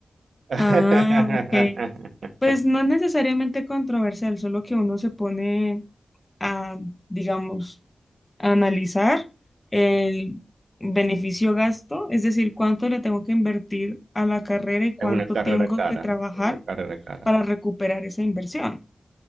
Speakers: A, on the right; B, on the left.
A: <laughs>
B: Ah, ok. Pues no necesariamente controversial, solo que uno se pone a, digamos, a analizar el beneficio-gasto, es decir, cuánto le tengo que invertir a la carrera y cuánto
A: Es una carrera
B: tengo
A: cara,
B: que trabajar
A: es una carrera cara.
B: para recuperar esa inversión.